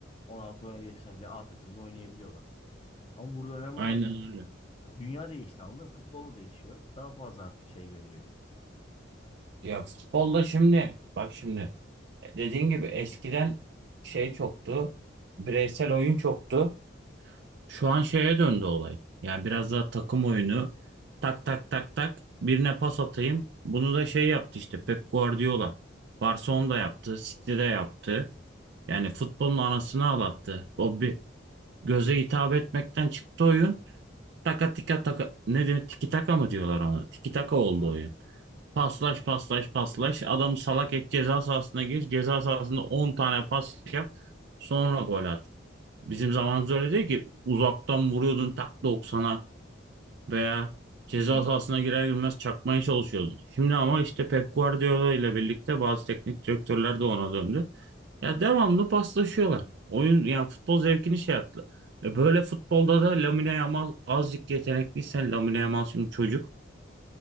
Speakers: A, on the left (about 30°); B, on the right (about 60°).
A: 16-17 yaşına bile A takımda oynayabiliyorlar. Ama burada önemli
B: Aynen
A: olan yani
B: öyle.
A: dünya değişti anladın mı? Futbol da değişiyor. Daha fazla artık şey veriliyor.
B: Ya futbolda şimdi bak şimdi e, dediğin gibi eskiden şey çoktu. Bireysel oyun çoktu. Şu an şeye döndü olay. Yani biraz daha takım oyunu. Tak tak tak tak birine pas atayım. Bunu da şey yaptı işte Pep Guardiola. Barcelona'da yaptı, City'de yaptı. Yani futbolun anasını ağlattı. O bir göze hitap etmekten çıktı oyun. Taka tika taka ne diyor? Tiki taka mı diyorlar ona? Tiki taka oldu
A: Aynen.
B: oyun. Paslaş paslaş paslaş. Adam salak et ceza sahasına gir. Ceza sahasında 10 tane pas yap. Sonra gol at. Bizim zamanımız öyle değil ki. Uzaktan vuruyordun tak doksana veya ceza sahasına girer girmez çakmaya çalışıyordun. Şimdi ama işte Pep Guardiola ile birlikte bazı teknik direktörler de ona döndü. Ya devamlı paslaşıyorlar. Oyun yani futbol zevkini şey yaptılar. E böyle futbolda da Lamine Yamal azıcık yetenekliysen Lamine Yamal şimdi çocuk